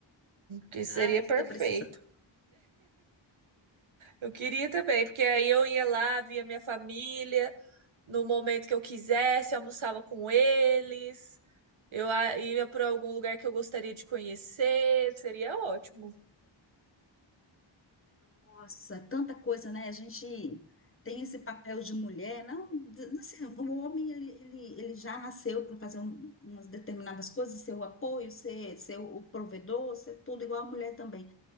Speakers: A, on the right; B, on the left.
A: que seria
B: Ai,
A: perfeito.
B: tô precisando.
A: Eu queria também, porque aí eu ia lá, via minha família no momento que eu quisesse, almoçava com eles, eu a- ia para algum lugar que eu gostaria de conhecer, seria ótimo.
B: Nossa, é tanta coisa, né? A gente tem esse papel de mulher, não, de- assim, o homem ele, ele, ele já nasceu para fazer um- umas determinadas coisas, ser o apoio, ser, ser o provedor, ser tudo igual a mulher também.